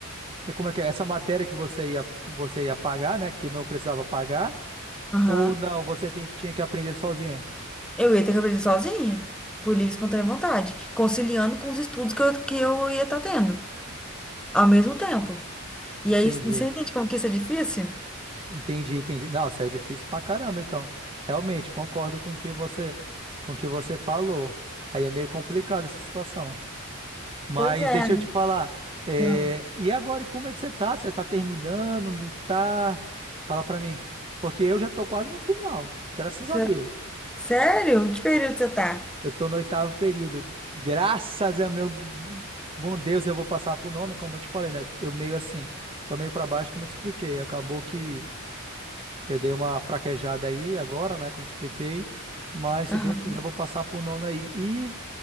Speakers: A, on the right; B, in the centre.
A: como é que é? Essa matéria que você ia, você ia pagar, né? Que não precisava pagar?
B: aham,
A: Ou não, você tem- tinha que aprender sozinha?
B: eu ia ter que aprender sozinha, por livre e espontânea vontade, conciliando com os estudos que eu, que eu ia estar tendo ao mesmo tempo. E
A: Entendi.
B: aí, você entende como que isso é difícil?
A: Entendi, entendi. Nossa, é difícil pra caramba, então. Realmente, concordo com o que você, com o que você falou. Aí é meio complicado essa situação. Mas
B: Pois é,
A: deixa eu te falar. é,
B: Não.
A: E agora, e como é que você tá? Você tá terminando? Não tá? Fala pra mim. Porque eu já tô quase no final, graças a
B: Cê-
A: Deus.
B: Sério? Que período você tá?
A: Eu tô no oitavo período. Graças a meu bom Deus, eu vou passar pro nono, como eu te falei, né? Eu meio assim, tô meio pra baixo, como eu te expliquei. Acabou que Eu dei uma fraquejada aí agora, né? Como te expliquei. Mas se
B: Aham,
A: Deus quiser, eu vou passar pro nono aí. E